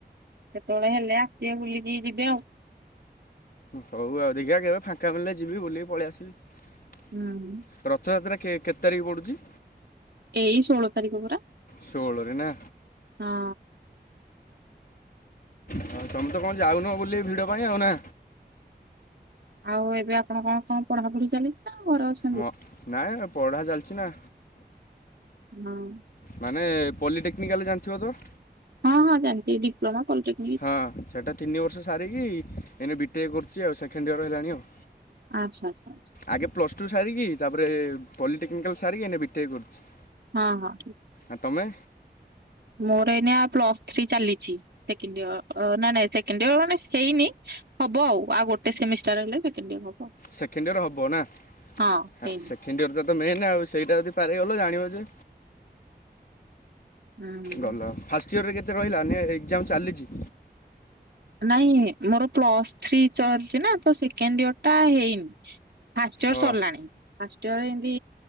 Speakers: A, on the right; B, on the left.
A: କେତେବେଳେ ହେଲେ ଆସିବେ ବୁଲିକି ଯିବେ ଆଉ
B: ହଉ ଆଉ ଦେଖିବା କେବେ ଫାଙ୍କା ମିଳିଲେ ଯିବି ବୁଲିକି ପଳେଇ ଆସିବି।
A: ହୁଁ।
B: ରଥଯାତ୍ରା କେ କେତେ ତାରିଖ ପଡ଼ୁଚି।
A: ଏଇ ଷୋହଳ ତାରିଖ ପରା
B: ଷୋହଳରେ ନା
A: ହଁ
B: ହଁ ତମେ ତ କଣ ଯାଉନ ବୁଲି ଭିଡ଼ ପାଇଁ ଆଉ ନା?
A: ଆଉ ଏବେ ଆପଣ କଣ କଣ ପଢାପଢି ଚାଲିଛି ନାଉ ଘରେ ଅ
B: ମ ନାଇଁ ପଢା ଚାଲିଛି ନା
A: ହଁ।
B: ମାନେ ପଲିଟେକ୍ନିକାଲ ଜାଣିଥିବ ତ
A: ହଁ ହଁ ଜାଣିଚି ଡିପ୍ଲୋମା ପଲିଟେକ
B: ହଁ ସେଟା ତିନି ବର୍ଷ ସାରିକି ଏଇନେ ବିଟେଏ କରୁଚି ଆଉ ସେକେଣ୍ଡ ଇୟର ହେଲାଣି ଆଉ।
A: ଆଚ୍ଛା ଆଛା ଆଛା।
B: ଆଗେ ପ୍ଲସଟୁ ସାରିକି ତାପରେ ପଲିଟେକ୍ନିକାଲ୍ ସାରିକି ଏଇନେ ବିଟେକ କରୁଛି।
A: ହଁ ହଁ।
B: ଆ ତମେ?
A: ମୋର ଏଇନିକା ପ୍ଲସ ଥ୍ରୀ ଚାଲିଛି ସେକେଣ୍ଡଇଅର ନାଇଁ ନାଇଁ ସେକେଣ୍ଡଇର ମାନେ ହେଇନି ହବ ଆଉ ଆଉ ଗୋଟେ ସେମିଷ୍ଟାର ହେଲେ ସେକେଣ୍ଡିଅର ହବ।
B: ସେକେଣ୍ଡୟର ହବ ନା?
A: ହଁ
B: ସେ
A: ହେଇନି।
B: ସେକେଣ୍ଡ ଇଅରଟା ତ ମେନ୍ ଆଉ ସେଇଟା ଯଦି ପାର ହେଇଗଲ ଜାଣିବ ଯେ
A: ହୁଁ
B: ଗଲ ଫାଷ୍ଟ ଇୟରରେ କେତେ ରହିଲା ଏକ୍ଜାମ ଚାଲିଛି
A: ନାଇଁ ମୋର ପ୍ଲସଥ୍ରୀ ଚଲଚି ନା ତ ସେକେଣ୍ଡ ଇୟର ଟା ହେଇନି ଫାଷ୍ଟ ଇୟର
B: ଅ
A: ସରିଲାଣି ଫାଷ୍ଟ ଇୟର ଏନ୍ତି